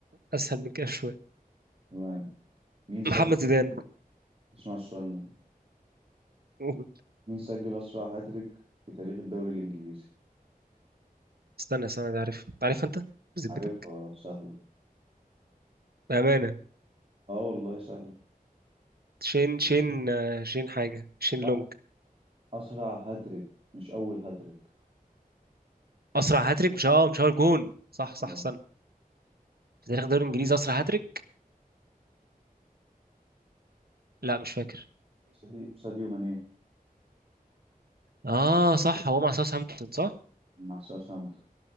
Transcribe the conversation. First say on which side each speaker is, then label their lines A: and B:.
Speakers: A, on the right; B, on the right.
A: اسهل من كده شويه
B: تمام مين سجل
A: محمد زيدان
B: اسمع السؤال ده
A: قول.
B: مين سجل اسرع هاتريك في تاريخ الدوري الانجليزي
A: استنى استنى ده عارف عارف انت بذمتك
B: عارفها سهله
A: بامانه
B: اه والله سهله
A: شين شين آه، شين حاجه شين لونج
B: لا اسرع هاتريك مش اول هاتريك
A: اسرع هاتريك مش اه مش هو الجون صح صح
B: آه.
A: استنى في تاريخ الدوري الانجليزي اسرع هاتريك لا مش فاكر
B: ساديو ساديو ماني
A: اه صح هو مع ساوثهامبتون صح
B: مع ساوثهامبتون